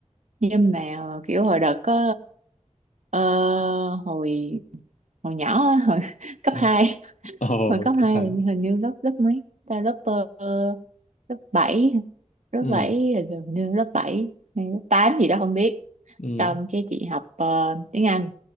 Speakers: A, on the right; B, on the left.
A: nhưng mà kiểu hồi đợt có ờ, hồi hồi nhỏ á, hồi <laughs> cấp
B: <clears throat>
A: hai
B: Ồ,
A: hồi cấp
B: cấp
A: 2
B: hai.
A: là hình như lớp lớp mấy ta lớp ờ, lớp bảy lớp
B: Ừ,
A: 7 là hình như lớp 7 hay lớp 8 gì đó không biết
B: ừ,
A: xong cái chị học ờ, tiếng Anh